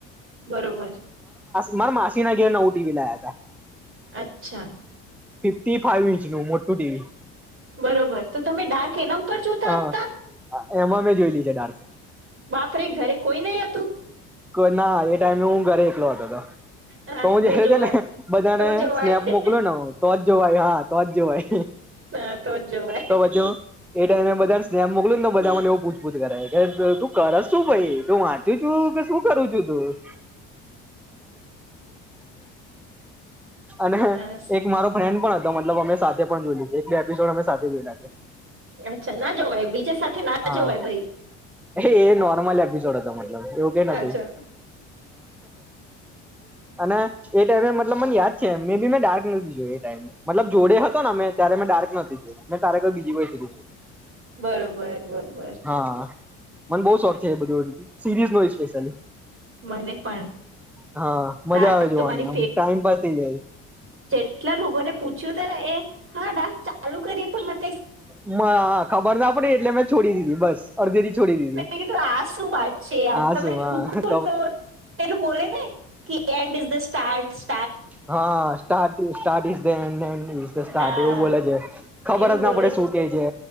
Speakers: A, on the right; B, in the centre.
A: બરોબર
B: મારે માસીના ઘેર નવું ટીવી લાયા તા
A: અચ્છા
B: ફિફ્ટી ફાઇવ ઇંચ નું મોટું ટીવી
A: બરોબર, તો તમે ડાર્ક એના ઉપર જોતા
B: હા
A: હતા?
B: એમાં મેં જોયેલી છે, ડાર્ક
A: બાપરે, ઘરે કોઈ નઈ હ
B: ઘરનાના એ ટાઈમે હું ઘરે એકલો હતો હતો,
A: હા
B: તો હું જયારે
A: જોવાય
B: છે ને બધાને
A: તો જોવાય
B: સ્નેપ મોકલુંને હ તોજ જો હા તો જ જોઈ
A: હા તો જ જોવાય.
B: તો પાછુ એ ટાઈમે બધાને સ્નેપ મોકલું ને તો બધા મને એવું પૂછપૂછ કરે, કે તું કરસ સુ ભાઈ? તો વાંચી છું, કે શું કરું છું તું અને
A: બસ
B: એક મારો ફ્રેન્ડ પણ હતો મતલબ અમે સાથે પણ જોઈલી, એક બે એપિસોડ, અમે સાથે જોઈલા
A: અચ્છા ના જોવાય બીજા સાથે ના
B: હા,
A: જોવાય ભાઈ
B: એ એ નોર્મલ એપિસોડ હતો એવું કે નથી,
A: અચ્છા
B: અને એ ટાઈમે મતલબ મને યાદ મે બી મેં ડાર્ક નથી જોઈ એ ટાઈમએ, મતલબ જોડે હતો ને મેં ત્યારે મેં ડાર્ક નથી જોય, મેં ત્યારે કોઈ બીજી કોઈ સિરીઝ જોઈ
A: બરોબર બરાબર
B: હા મને બહુ શોક છે એ બધું <inaudible> સીરીઝ નું સ્પેશિયલી.
A: મને પણ
B: હા, મજા
A: ડાર્ક
B: આવે જોવાની
A: તો મારી
B: આમ ટાઈમ પાસ થઈ જાય.
A: કેટલા લોકો ને પૂછ્યું ત ને એ હા ડાર્ક ચાલુ કરી પણ મ
B: હા હા ખબર ના પડી, એટલે મેં છોડી દીધી, બસ અડધે થી છોડી દીધી,
A: મેં કીધું આ શું વાત છે યાર
B: આ
A: તમે
B: શું હા
A: રૂકો તો પેલું બોલે ને કે એન્ડ ઈઝ ઢ સ્ટાર્ટ્સ
B: હા, start start is end end just start
A: હા
B: એવું બોલે છે ખબર
A: એવું
B: જ ના
A: બોલે
B: પડે શું કે છે